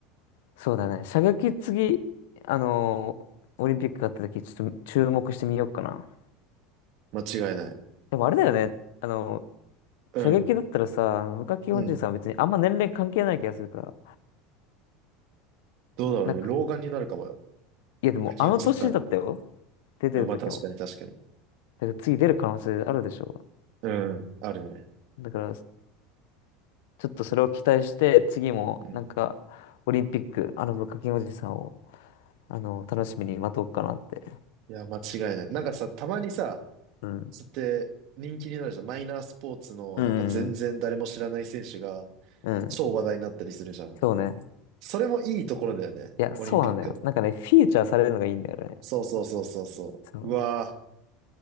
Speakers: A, on the left; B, on the right.
A: そうだね、射撃次、あのーオリンピックがあった時、ちょっと注目してみようかな。
B: 間違いない。
A: でもあれだよね、あのー
B: うん。
A: 射撃だったらさ、あの無課金おじさんは別にあんま年齢関係ない気がするから、
B: うん。どうだろうね。
A: なんか、
B: 老眼になるかもよ。
A: いやでもあの年だったよ。
B: 昔のしてた。
A: 出てる時も。
B: あ、まあ確かに確かに。
A: だから次出る可能性あるでしょ
B: うん。あるね。
A: う。だから、ちょっとそれを期待して、次も、
B: うん。
A: なんか、オリンピック、あの、無課金おじさんを、あの、楽しみに待とうかなって。
B: いや、間違いない。なんかさ、たまにさ、
A: うん。
B: つって人気になるじゃん。マイナースポーツの、
A: うん。
B: なんか全然誰も知らない選手が、
A: うん。うん
B: 超話題になったりするじゃん。
A: そうね。
B: それもいいところだよね。
A: いや、
B: オリンピックの。
A: そうなんだよ。なんかね、フィーチャーされるのがいいんだよね。
B: そうそうそうそうそう。
A: そう。
B: うわー。